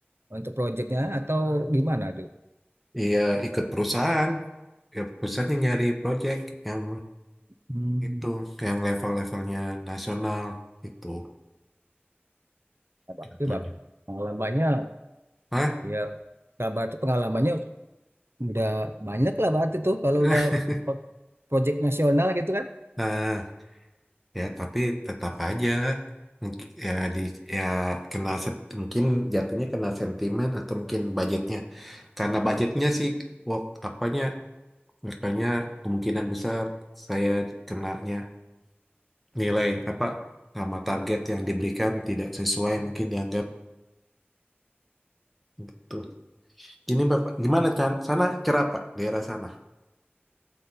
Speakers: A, on the right (about 75°); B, in the centre.
A: untuk proyeknya atau gimana tuh?
B: Iya, ikut perusahaan. Ya, perusahaan yang nyari project yang
A: Hmm.
B: itu, yang level-levelnya nasional itu
A: Berarti
B: jatuhnya.
A: bang, pengalamannya
B: Hah?
A: Ya, Kak Bart tuh pengalamannya udah banyak lah Bart itu kalau
B: <laughs>
A: udah pro- project nasional gitu kan.
B: Nah, ya tapi tetap aja Mungkin- ya di ya kena sen- mungkin jatuhnya kena sentimen atau mungkin budgetnya. Karena budgetnya sih wak, apanya Makanya kemungkinan besar saya kenanya nilai
A: Hmm.
B: apa sama target yang diberikan tidak sesuai mungkin dianggap betul. Ini Bapak, gimana Chan? Sana cerah Pak, daerah sana.